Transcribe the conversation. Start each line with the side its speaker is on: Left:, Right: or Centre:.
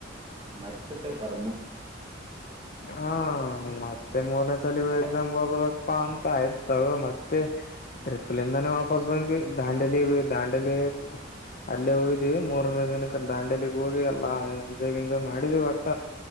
Right: ಮತ್ತೆ ಪೇ ಬರ
Left: ಹಾ ಮತ್ತೆ ಮೂರನೇ ಸಲ ಎಕ್ಸಾಮ್ಗೆ ಹದ ಪ್ಪಾ ಅಂತ ಆಯ್ತ ತಗ ಮತ್ತೆ ಟ್ರಿಪ್ಲಿಂದಾನೇ ವಾಪಸ್ ಬಂದ್ ದಾಂಡೆಲಿ ದಾಂಡೆಲಿ ಹ್ಮ ಅಲ್ಲೇ ಹೋಗಿದೀವಿ ಮೂರನೇ ದಿನಕ್ಕೆ ದಾಂಡಿಯಲಿಗ್ ಹೋಗಿ ಎಲ್ಲಾ ಎಂಜಾಯ್ ಗಿಂಜಾಯ್ ಮಾಡಿದೀವಿ ಒಟ್ಟ